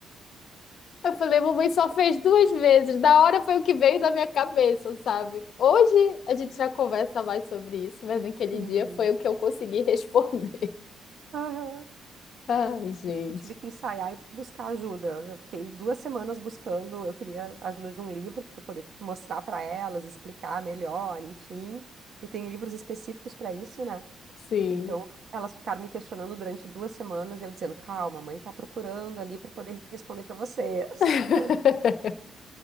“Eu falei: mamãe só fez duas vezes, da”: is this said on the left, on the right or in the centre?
Left